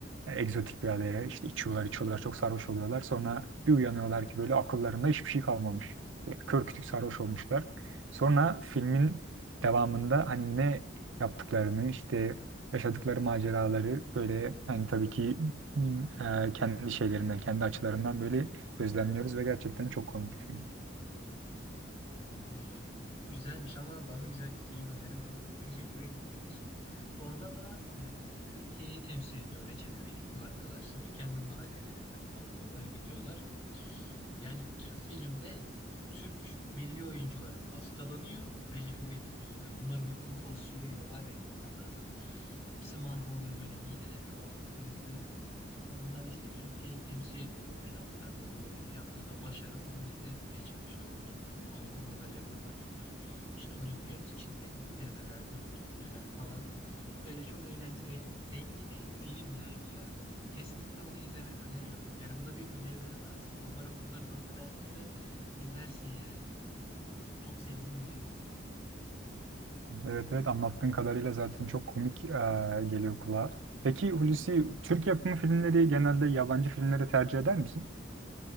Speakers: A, on the right; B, on the left.
A: e, egzotik bir adaya. işte içiyorlar, içiyorlar. Çok sarhoş oluyorlar. Sonra bir uyanıyorlar ki böyle akıllarında hiçbir şey kalmamış. Böyle kör kütük sarhoş olmuşlar. Sonra filmin devamında hani ne yaptıklarını işte yaşadıkları maceraları böyle hani tabii ki m, e, kendi şeylerinden, kendi açılarından böyle gözlemliyoruz ve gerçekten çok komik bir film.
B: Yani güzelmiş ama daha güzel bir film önerim var. Recep İvedik'te Onda da e, Türkiye'yi temsil ediyor Recep İvedik ve arkadaşları. Kendi mahallelerinden kalkıyorlar, gidiyorlar. Yani bütün filmde Türk milli oyuncuları hastalanıyor Recep İvedik yüzünden. Bunlar bir kuru fasulye yiyor var ya görmen lazım. Hepsi mahvoluyor böyle mideleri falan filmde. Sonra bunlar işte Türkiye'yi temsil ediyor olimpiyatlarda. Böyle olimpiyatlarda başarı falan elde etmeye çalışıyorlar. Altın madalya kazanıyorlar. İşte olimpiyat içinde ittirmeler, dürtmeler falan. Öyle çok eğlenceli, renk- renkli bir film yani ya. Kesinlikle onu izlemeni öneririm. Yani bu da bir önerilerim arasında. Umarım bunları not edersin de izlersin yani. Çok sevdiğim bir filmdir.
A: Evet evet anlattığın kadarıyla zaten çok komik e, geliyor kulağa. Peki Hulusi Türk yapımı filmleri genelde yabancı filmlere tercih eder misin?